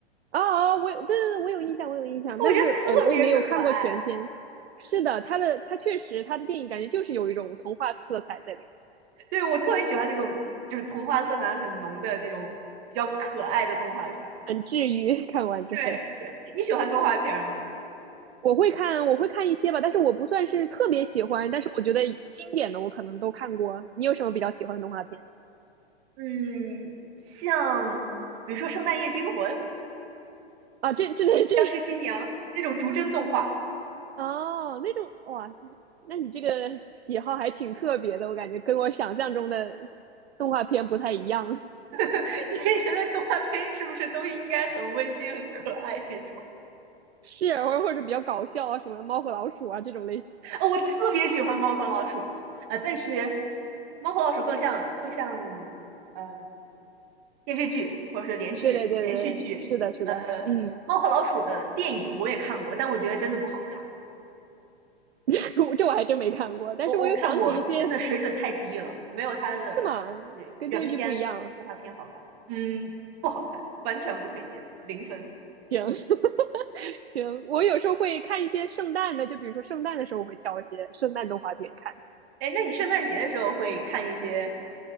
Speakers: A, on the right; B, on the right.
A: 啊啊，我有对对对，我有印象，我有印象，
B: 我觉得特别可爱。
A: 但是哎，我也没有看过全片。是的，他的他确实他的电影感觉就是有一种童话色彩在里面，
B: 对我特别喜欢那种就是童话色彩很浓的那种比较可爱的动画片儿。
A: 很治愈。<laughs> 看完之后，
B: 对对，你喜欢动画片儿吗？
A: 我会看我会看一些吧，但是我不算是特别喜欢，但是我觉得经典的我可能都看过。你有什么比较喜欢的动画片？
B: 嗯，像比如说《圣诞夜惊魂》
A: 啊，这这这这
B: 《僵尸新娘》那种逐帧动画，
A: <laughs> 哦，那种哇，那你这个喜好还挺特别的，我感觉跟我想象中的动画片不太一样，
B: <laughs> 你是觉得动画片是不是都应该很温馨、很可爱那种？
A: <laughs> 是，或者或者比较搞笑啊，什么猫和老鼠啊这种类型。
B: 啊、我特别喜欢《猫和老鼠》啊、但是《猫和老鼠》更像更像嗯电视剧或者是连续连续剧，
A: 对对对对对，是的，是的，
B: 呃，
A: 嗯，
B: 《猫和老鼠》的电影我也看过，但我觉得真的不好看。
A: <laughs> 我这我还真没看过，但是我又想起一些，
B: 我我看过，真的水准太低了，没有它的就是原片动画片好看。
A: 是吗？跟电视剧不一样啊，
B: 嗯，不好看，完全不推荐，零分。
A: 行 <laughs> 行，我有时候会看一些圣诞的，就比如说圣诞的时候我会挑一些圣诞动画片看，
B: 哎，那你圣诞节的时候会看一些